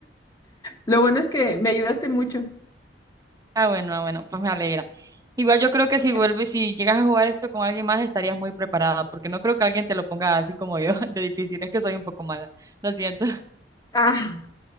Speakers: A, on the left; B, on the right.
A: Lo bueno es que me ayudaste mucho.
B: Ah, bueno, ah, bueno, pues me alegra. Igual yo creo que si
A: <laughs>
B: vuelves, si llegas a jugar esto con alguien más, estarías muy preparada, porque no creo que alguien te lo ponga así como yo, <laughs> de difícil. Es que soy un poco mala. Lo siento.
A: Ah.